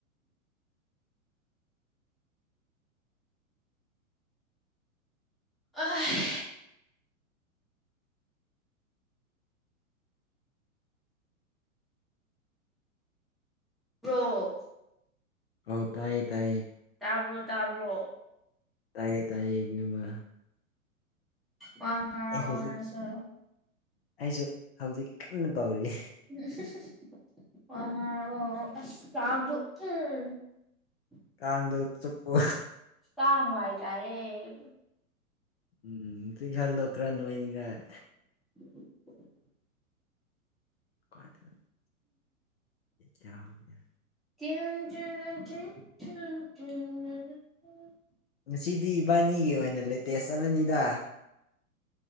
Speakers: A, in the centre; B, on the left.
A: ꯑꯍꯦ ꯄ꯭ꯔꯣ
B: ꯑꯥꯎ ꯇꯥꯏꯌꯦ ꯇꯥꯏꯌꯦ
A: ꯇꯥꯕ꯭ꯔꯣ ꯇꯥꯕ꯭ꯔꯣ
B: ꯇꯥꯏꯌꯦ ꯇꯥꯏꯌꯦ ꯏꯕꯦꯝꯃ
A: ꯋꯥ ꯉꯡꯔꯛꯑꯣ
B: ꯑꯩ ꯍꯧꯖꯤꯛ
A: ꯅꯪꯁꯨ
B: ꯑꯩꯁꯨ ꯍꯧꯖꯤꯛ ꯀꯟꯅ ꯇꯧꯔꯤꯌꯦ
A: ꯎꯝꯍꯨꯝ ꯍꯨꯝ <unintelligible>
B: ꯀꯥꯡꯗꯨ ꯆꯨꯞꯄꯨ
A: ꯀꯥꯡ ꯋꯏꯆꯥꯏꯔꯦ
B: ꯎꯝ ꯆꯤꯛꯍꯜꯂꯣ ꯈꯔ ꯅꯣꯏꯅꯤꯉꯥꯏ
A: <inaudible>
B: ꯀꯥꯏꯗ ꯀꯌꯥꯝ ꯌ
A: <unintelligible>
B: ꯉꯁꯤꯗꯤ ꯏꯕꯥꯅꯤꯒꯤ ꯑꯣꯏꯅ ꯂꯦꯇꯦꯁ ꯆꯠꯂꯅꯤꯗ